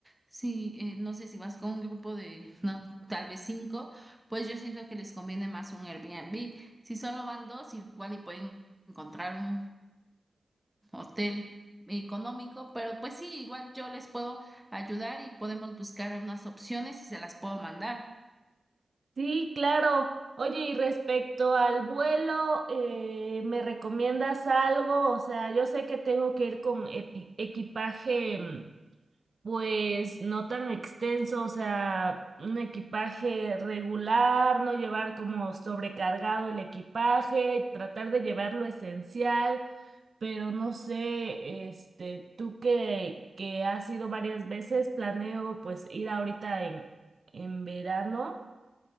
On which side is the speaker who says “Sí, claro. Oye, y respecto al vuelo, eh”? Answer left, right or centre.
Right